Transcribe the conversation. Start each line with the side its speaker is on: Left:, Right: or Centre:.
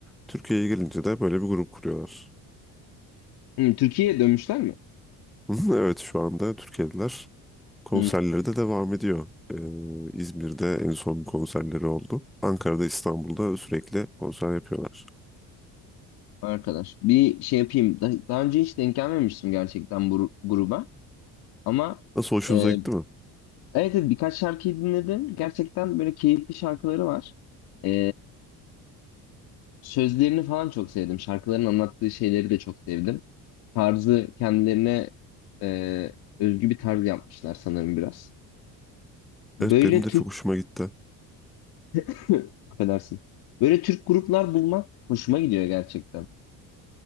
Centre: Türkiye'ye gelince de böyle bir grup kuruyorlar.
Left: Hı, Türkiye'ye dönmüşler mi?
Centre: <laughs> Evet şu anda Türkiye'liler konserleri
Left: Hı,
Centre: de devam ediyor. Ee, İzmir'de en son konserleri oldu. Ankara'da, İstanbul'da sürekli konser yapıyorlar.
Left: arkadaş. Bir şey yapayım. Da- Daha önce hiç denk gelmemiştim gerçekten bu gruba. Ama
Centre: Nasıl hoşunuza
Left: e, evet,
Centre: gitti mi?
Left: evet birkaç şarkıyı dinledim. Gerçekten böyle keyifli şarkıları var. E, Sözlerini falan çok sevdim. Şarkıların anlattığı şeyleri de çok sevdim. Tarzı kendilerine e, özgü bir tarz yapmışlar sanırım biraz. Böyle
Centre: Evet benim de
Left: Türk,
Centre: çok hoşuma gitti.
Left: <laughs> affedersin. Böyle Türk gruplar bulmak hoşuma gidiyor gerçekten.